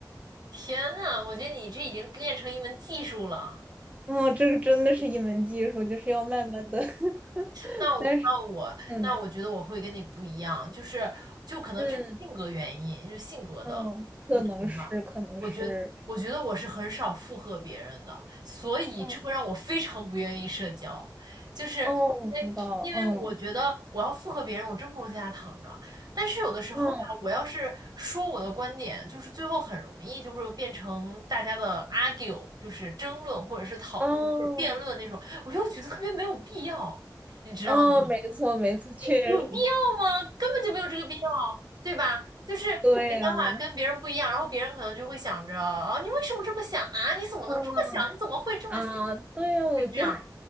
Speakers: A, on the right; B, on the right.
A: 天呐，我觉得你这已经练成一门技术了。
B: 嗯，这个真的是一门技术，就是要慢慢的。<laughs>
A: 那我那我那我觉得我会跟你不一样，
B: 但是，嗯
A: 就是就可能这是性格原因，
B: 嗯
A: 就是性格的不同吧。
B: 嗯，可能是，可能是，
A: 我觉我觉得我是很少附和别人的，所以这会让我非常不愿意社交，
B: 嗯
A: 就是
B: 哦，我知道，
A: 因为因为我觉得我要附和别人，
B: 嗯
A: 我真不如在家躺着。但是有的时候吧，
B: 嗯
A: 我要是说我的观点，就是最后很容易就会变成大家的 argue，就是争论或者是讨论或者辩论那种，
B: 哦
A: 我又觉得特别没有必要。你知道吗？
B: 哦，没错没错，确实
A: 有必要吗？根本就没有这个必要，对吧？就是你的想法跟别人不一样，
B: 对呀，
A: 然后别人可能就会想着，啊，你为什么这么想啊？你怎么能这么想？
B: 嗯
A: 你怎么会这么想？
B: 啊，对呀，我觉得
A: 就是这样